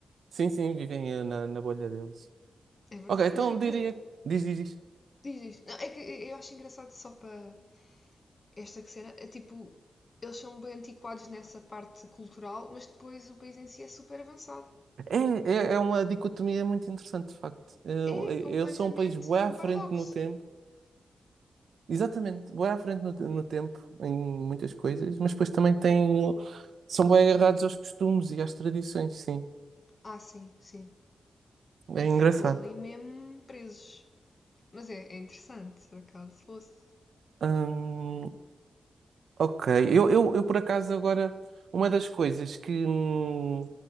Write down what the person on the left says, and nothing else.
É verdade.
Mas,
por exemplo,
diz isto. Não, é que eu acho engraçado só para esta cena, é tipo, eles são bem antiquados nessa parte cultural, mas depois o país em si é super avançado.
É
completamente
um
paradoxo.
Ah, sim, sim.
E
ficam ali mesmo presos. Mas é, é interessante, por acaso, se fosse.